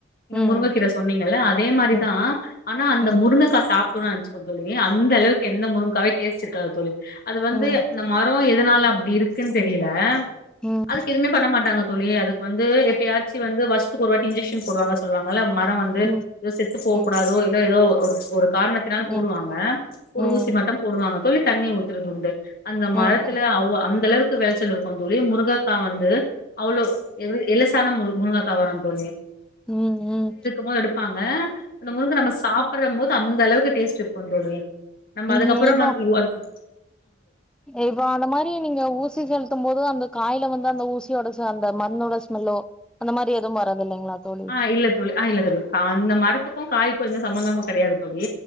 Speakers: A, on the left (about 50°); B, in the centre.
A: நீங்க
B: ம்
A: முருங்ககீர ஸ் சொன்னீங்கள அதே மாரி
B: ம்
A: தா ஆனா அந்த
B: ம்
A: முருங்க காசு சாப்புர்றான்னச்சுப்பே தோழி <unintelligible> அந்த அளவுக்கு எந்த முருங்கக்காவே டேஸ்ட் இருக்காது தோழி அது வந்து
B: ம்
A: இந்த மரோ எ எதனால அப்டி இருக்குன்னு தெரியல
B: ம் ம்
A: அதுக்கு எதுவுமே பண்ண மாட்டாங்க தோழி அதுக்கு வந்து எப்பேயாச்சும் வந்து வருசத்துக்கு ஒரு வாட்டி இன்ஜெக்க்ஷன் போடுவாங்க சொல்லுவாங்கல மரம் ரே
B: ம்
A: ஏ செத்து போக்கூடாதோ
B: ம்
A: இல்ல ஏதோ ஒ <unintelligible> காரணத்தினால்
B: ம் ம்
A: போடுவாங்க ஒரு
B: ம்
A: ஊசி மட்டும் போடுவாங்க சொல்லி தண்ணி ஊத்துறது உண்டு அந்த
B: ம்
A: மரத்துல அவொ அந்த அளவுக் நன்கு வெளைச்சல் இருக்கும் தோழி முருங்கக்கா வந்து அவ்ளோ எவ் எலஸ் தான முரு முருங்காக்க வர தோழி
B: உம் உம்
A: மோ எடுப்பாங்க அந்த முருங்கக்கா நம்ம சாப் ப்டறோம்போது அந்தளவுக்கு டேஸ்ட் இருக்கும் தோழி நம்ம அதுக்கப்புறோ
B: ம் இப்போ
A: வந் <unintelligible>
B: இப்போ அந்த மாரி நீங்க ஊசி செலுத்தும் போது அந்த காய்ல வந்து அந்த ஊசியோட ச அந்த மண்ணோட ஸ்மெல்லோ அந்த மாரி எதுவும் வராது இல்லைங்களா தோழி
A: ஆஹ் இல்ல தோழி ஆஹ் இல்ல தோழி அந்த மரத்துக்கும் காய்க்கும் எந்த சம்மந்தமும் கிடையாது தோழி